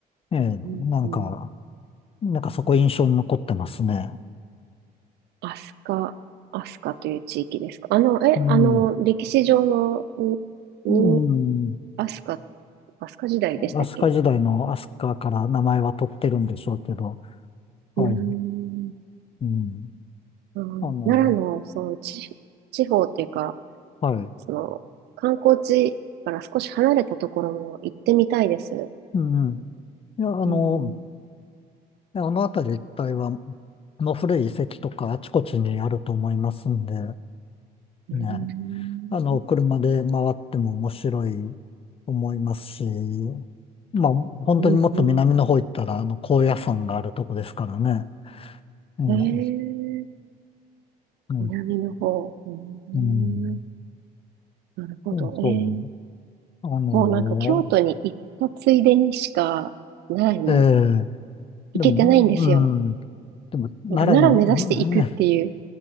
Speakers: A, on the left; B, on the right.
A: ええ、なんか、
B: うん、うん。
A: なんかそこ印象に残ってますね。
B: アスカアスカという地域ですか。あの、え、
A: うん。
B: あの、歴史上の、に、に
A: うん。
B: アスカアスカ時代でしたっけ
A: 飛鳥時代の飛鳥から名前は取ってるんでしょうけど、はい。
B: うーん、
A: うん。
B: うん、
A: あの、
B: 奈良の、その、地、地方っていうか、
A: はい。
B: その、観光地から少し離れたところも行ってみたいです。
A: うん。いや、あの、
B: うん、
A: であの辺り一帯は、もう古い遺跡とかあちこちにあると思いますんで、
B: うん、
A: ね、あの、車で回っても面白いと思いますし、まあ、本当にもっと南の方行ったら、
B: うん、うん。
A: あの、高野山があるとこですからね。ええ
B: えー、
A: うん、
B: 南の方。うーん、
A: うん、
B: なるほど。
A: そうそう。
B: えー、
A: あの
B: もうなんか京都に行ったついでにしか、奈良に
A: ーええでも、
B: 行けてないんですよ。
A: うん、でも、
B: なんか奈良目指して行くっていう。
A: 奈良の、<laughs> うんえ